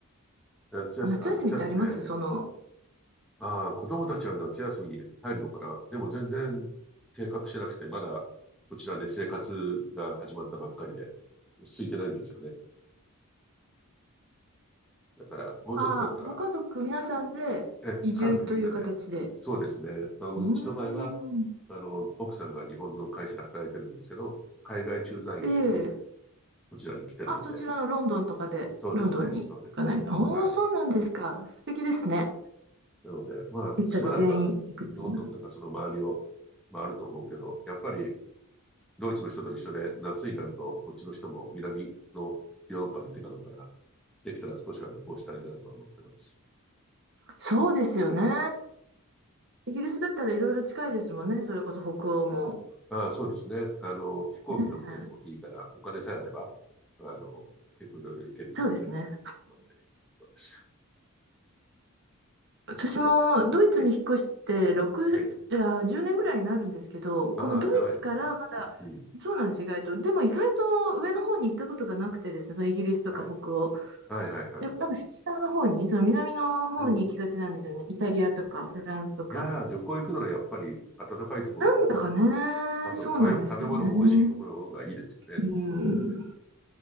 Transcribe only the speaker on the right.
あ、夏休みってありますその、
ああ、ご家族皆さんで移住という形で。
うー
ん。
ええ
あ、そちらのロンドンとかで、
ロンドンにかなり。
おお、
そうなんですか。
素敵ですね。
一家で全員行くっていうのは。
そうですよね。イギリスだったらいろいろ近いですもんね。それこそ北欧も。
うん
そうですね。私もドイツに引っ越して6、
いや、10年ぐらいになるんですけど、このドイツからまだ、
そうなんです、意外と。でも意外と上の方に行ったことがなくてですね、そのイギリスとか北欧。
やっぱなんか下の方に、その南の方に行きがちなんですよね。
イタリアとかフランスとか。
なんだかね、
そうなんですよね。
うん、